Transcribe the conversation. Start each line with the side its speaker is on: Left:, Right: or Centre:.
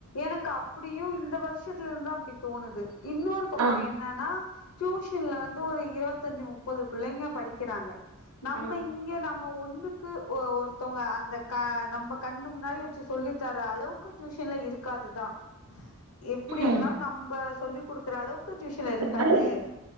Left: எனக்கு அப்டியு இந்த வர்ஷத்துல இருந்தா அப்டி தோணுது இன்னொரு பக்கோ
Right: ஆ
Left: என் என்னன்னா டியூஷன்ல வந்து ஒரு இருவத்தஞ்சு முப்பது பிள்ளைங்க படிக்கிறாங்க நம்ம
Right: ஆ
Left: இங்கே நம் ம ஒண்ணுக்கு ஒ ஒருத்தவங்க அந்த க நம்ம கண்ணு முன்னாடி வச்சு சொல்லி தர அளவுக்கு டியூஷன்ல இருக்காதுதா எப்டி இருந்தாலு
Right: ம்
Left: நம்ப சொல்லி குடுக்குற அளவுக்கு டியூஷன்ல
Right: குடுக்குற
Left: இருக்காது
Right: மாரி இருக்கு